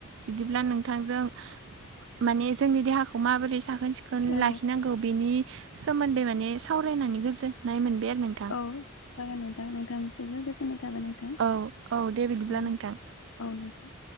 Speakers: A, on the right; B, on the left.
A: बिदिब्ला नोंथांजों माने जोंनि देहाखौ माबोरै साखोन सिखोन खोन
B: औ
A: लाखिनांगौ बेनि सोमोन्दै माने सावरायनानै गोजोननाय मोनबाय आरो नों?
B: औ जागोन नोंथां नोंथांसिमबो गोजोननाय थाबाय नोंथां।
A: औ औ दे बिदिब्ला
B: औ औ
A: नोंथां
B: नोथां।